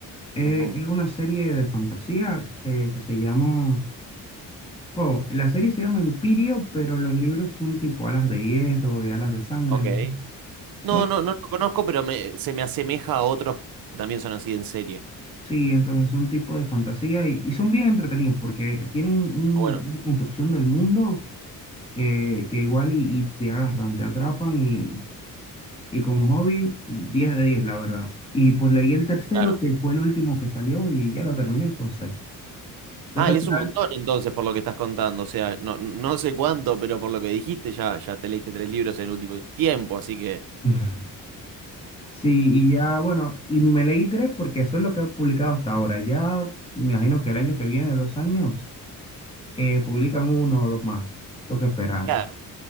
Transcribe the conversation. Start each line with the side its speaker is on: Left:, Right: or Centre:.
Left: Eh,
Right: Ujú.
Left: es una serie de fantasía eh, que se llama... Wow, la serie se llama Empirio, pero los libros son tipo Alas de Hierro y Alas de Sangre.
Right: Ok.
Left: ¿no? Son,
Right: No, no, no lo conozco, pero me- se me asemeja a otros que también son así en serie.
Left: sí, entonces son tipo de fantasía y, y son bien entretenidos porque tienen un-
Right: Bueno,
Left: una construcción del mundo que, que igual y, y te agarran, te atrapan y, y como hobby, 10 de 10 la verdad. Y pues leí el tercero,
Right: claro.
Left: que fue el último que salió y ya lo terminé, entonces. Tengo
Right: Ah,
Left: que esperar.
Right: lees un montón entonces por lo que estás contando, o sea, no, no sé cuánto, pero por lo que dijiste ya, ya te leíste tres libros en el último tiempo, así que...
Left: <laughs> Sí, y ya, bueno, y me leí tres porque eso es lo que ha publicado hasta ahora. Ya me imagino que el año que viene, dos años, eh, publican uno o dos más, lo que esperar.
Right: Claro.